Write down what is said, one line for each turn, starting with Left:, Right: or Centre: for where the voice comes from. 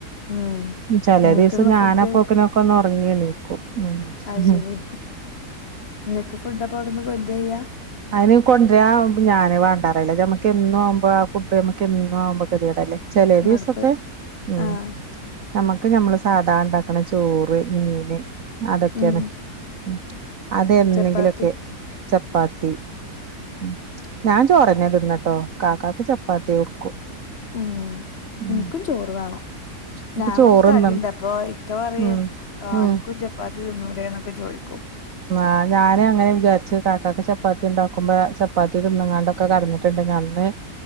Left: ഉം
Right: ചില
Left: ഇങ്ങക്കുള്ള
Right: ദിവസം ഞാനപ്പോക്കിന്
Left: ഫുഡ്
Right: ഒന്ന് ഉറങ്ങി എണീക്കും
Left: അത്
Right: ഉം
Left: ശരി ഇങ്ങക്ക് ഫുഡ് അപ്പ അവിടെന്ന് കൊണ്ടരാ ചെയ്യാ
Right: അയിന് കൊണ്ടരാ ഞാന് വേണ്ടാന്നറിയലാ ഞമ്മക്ക് എന്നും ആവുമ്പോ ആ ഫുഡ് നമ്മക്ക് എന്നും ആവുമ്പോ ഗതി കേടല്ലേ ചൊല ദിവസൊക്കെ
Left: മടുപ്പ്
Right: ഉം
Left: ആഹ്
Right: നമ്മക്ക് നമ്മള് സാധാ ഇണ്ടാക്ക്ണ ചോറ് മീന് അതൊക്കെയാണ്
Left: ഉം
Right: ഉം അത് എന്നെങ്കിലൊക്കെ
Left: ചപ്പാത്തി
Right: ചപ്പാത്തി ഉം ഞാൻ ചോറെന്നെ തിന്നാട്ടോ കാക്കാക്ക് ചപ്പാത്തി കൊടുക്കും
Left: ഉം
Right: ഉം
Left: ഇൻക്കും ചോറ് വേണം.
Right: ഇൻക്ക്
Left: ഞാൻ
Right: ചോറ്
Left: കൊറച്ച് തടിണ്ട്
Right: തിന്ന
Left: അപ്പോ ഇക്ക പറയും.
Right: ഉം
Left: ആഹ്
Right: ഉം
Left: അനക്കും ഇജ് ചപ്പാത്തി തിന്നൂടെന്നൊക്ക ചോയിക്കും.
Right: ആഹ് ഞാന് അങ്ങനെ വിചാരിച്ച് കാക്കാക്ക് ചപ്പാത്തി ഇണ്ടാക്കുമ്പൊ ചപ്പാത്തി തിന്ന്ങ്ങാണ്ട്. ഒക്ക കിടന്നിട്ട്ണ്ടെങ്കി അന്ന്